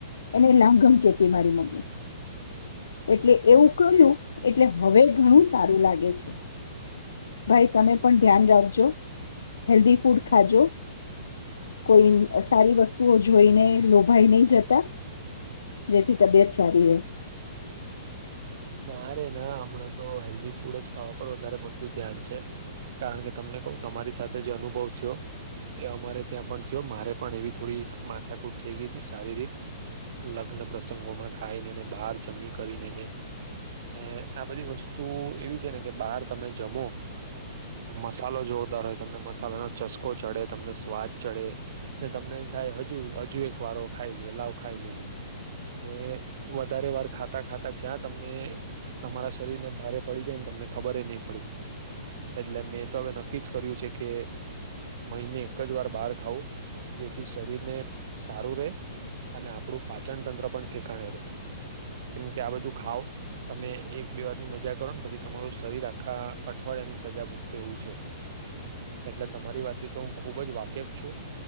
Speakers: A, on the left; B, on the right.
A: એને લાંગણ કેતી મારી મમ્મી એટલે એવું કર્યું એટલે હવે ઘણું સારું લાગે છે ભાઈ તમે પણ ધ્યાન રાખજો હેલ્ધી ફૂડ ખાજો કોઈ સારી વસ્તુઓ જોઈને લોભાઈ નહી જતા જેથી તબિયત સારી રહે.
B: ના રે ના હમણાં તો હેલ્ધી ફૂડ જ ખાવા પર વધારે પડતું ધ્યાન છે કારણ કે તમને કહું તમારી સાથે જે અનુભવ થયો એ અમારે ત્યાં પણ થયો મારે પણ એવી થોડી માથાકૂટ થઈ ગઈ હતી શારીરિક લગ્ન પ્રસંગોમાં ખાઈનેને બહાર જમી કરીને ને ને આ બધી વસ્તુ એવી છે ને કે બહાર તમે જમો મસાલો જોરદાર હોય તમને મસાલાનો ચસ્કો ચડે તમને સ્વાદ ચડે ને તમને થાય હજુ હજુ એક વાર ખાઈ લઈએ લાવ ખાઈ લઈએ ને વધારે વાર ખાતા ખાતા ક્યાં તમ તમારા શરીરને ભારે પડી જાય ને તમને ખબર નહીં પડી એટલે મેં તો હવે નક્કી જ કર્યું છે કે મહિને એક જ વાર બહાર ખાવું જેથી શરીરને સારું રે અને આપણું પાચન તંત્ર પણ ઠેકાણે રહેે કેમ કે આ બધું ખાવ તમે એક બે વારની મજા કરો ને પછી તમારું શરીર આખા અઠવાડિયાની સજા ભૂગતે એવું છે, એટલે તમારી વાતથી તો હું ખૂબ જ વાકેફ છું